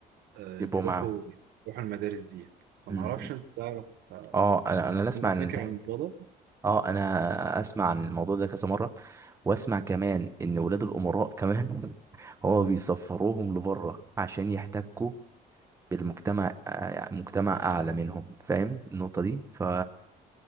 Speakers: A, on the right (about 75°); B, on the right (about 15°).
A: آه،
B: يبقوا
A: بيروحوا
B: معاهم
A: بيروحوا المدارس دي فمعرفش
B: أمم.
A: أنت تعرف آه،
B: اه انا انا اسمع
A: عندك
B: عن
A: فكرة
B: الحاج
A: عن الموضوع ده؟
B: اه انا اسمع عن الموضوع ده كذا مره واسمع كمان ان ولاد الامراء كمان <laughs> هو بيسفروهم لبره عشان يحتكوا بالمجتمع آه، يعني مجتمع اعلى منهم فاهم النقطة دي ف